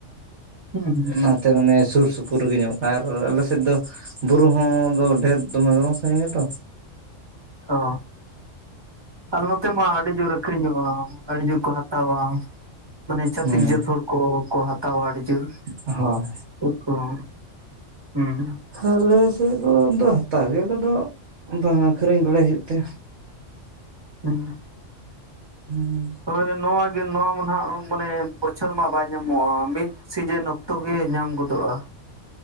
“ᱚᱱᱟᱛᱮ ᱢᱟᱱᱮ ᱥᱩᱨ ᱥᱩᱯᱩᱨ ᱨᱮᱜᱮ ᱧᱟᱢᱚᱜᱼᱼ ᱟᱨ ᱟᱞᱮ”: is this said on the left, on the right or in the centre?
Right